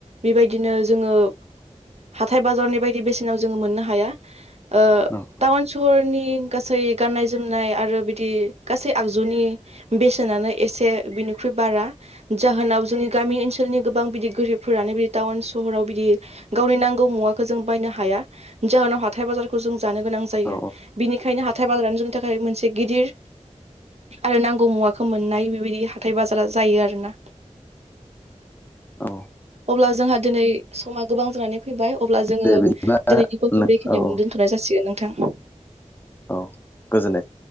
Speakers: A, on the right; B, on the left.
A: बेबायदिनो जोङो हाथाय-बाजारनि बायदि बेसेनाव जोङो मोननो हाया ओ
B: औ
A: टाउन सहरनि गासै गाननाय-जोमनाय आरो बिदि गासै आगजुनि बेसेनानो एसे बिनिख्रुइ बारा जाहोनाव जोंनि गामि ओनसोलनि गोबां बिदि गोरिबफोरानो बि टाउन सहराव बिदि गावनि नांगौ मुवाखो जों बायनो हाया जाहोनाव हा थाय बाजारखौ जों जानो गोनां जायो
B: औ
A: बिनिखायनो हाथाय-बाजारानो जोंनि थाखाय मोनसे गिदिर आरो नांगौ मुवाखौ मोननाय बेबायदि हाथाय बाजारा जायो आरोना
B: औ
A: अब्ला जोंहा दिनै समा गोबां जानानै फैबाय अब्ला जोङो
B: दे
A: दिनैनि
B: बिदिब्ला
A: टपिकखौ बेखिनियावनो
B: औ औ
A: दोनथ'नाय जासिगोन नोंथां।
B: औ गोजोननाय